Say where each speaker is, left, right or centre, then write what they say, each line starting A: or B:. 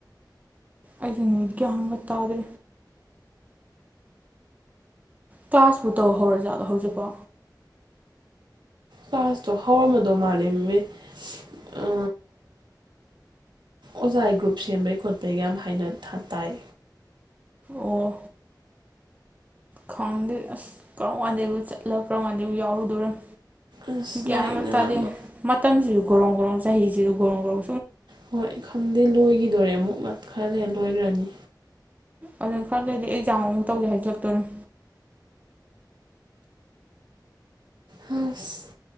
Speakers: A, on the right (about 20°); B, on the right (about 80°).
A: ꯑꯩꯁꯨꯅꯤ ꯒꯌ꯭ꯥꯟ ꯒ ꯇꯥꯗꯦ ꯀ꯭ꯂꯥꯁꯄꯨ ꯇꯧ ꯍꯧꯔ ꯖꯥꯠꯂꯣ ꯍꯧꯖꯤꯛꯄꯣ
B: ꯄꯥꯁꯇꯣ ꯍꯧꯔꯝꯃꯗꯧ ꯃꯥꯜꯂꯤ ꯃꯤꯃꯦ ꯑ ꯑꯣꯖꯥꯏ ꯒ꯭ꯔꯨꯞ ꯁꯦꯝꯕꯩ ꯈꯣꯠꯄꯩꯒ ꯌꯥꯝ ꯍꯥꯏꯅ ꯇꯥꯏ
A: ꯑꯣ ꯈꯪꯗꯦ ꯑꯁ ꯀꯔꯝ ꯋꯥꯥꯟꯗꯦꯕꯨ ꯆꯠꯂ ꯀꯔꯝ ꯋꯥꯥꯟꯗꯦꯕꯨ ꯌꯥꯎꯔꯨꯗꯣꯔꯤꯝ
B: ꯑꯁ
A: ꯒ꯭ꯌꯥꯟꯒ
B: ꯂꯥꯏꯔꯤꯛ ꯅꯥꯕ
A: ꯇꯥꯗꯦ ꯃꯇꯝꯁꯤꯁꯨ ꯒꯣꯔꯣꯡ ꯒꯣꯔꯣꯡ ꯆꯍꯤꯁꯤꯁꯨ ꯒꯣꯔꯣ ꯒ꯭ꯔꯧ
B: ꯍꯣꯏ ꯈꯪꯗꯦ ꯂꯣꯏꯒꯤꯗꯣꯔꯦ ꯑꯃꯨꯛ ꯉ ꯈꯔ ꯂꯩꯔ ꯂꯣꯏꯒꯔ꯭ꯅꯤ
A: ꯑꯗꯨ ꯈꯔ ꯂꯩꯗꯤ ꯑꯦꯛꯖꯥꯝ ꯑꯃꯨꯛ ꯇꯧꯒꯦ ꯍꯥꯏꯖꯤꯜꯂꯛꯇꯣꯔꯤꯝ
B: ꯍꯥꯁ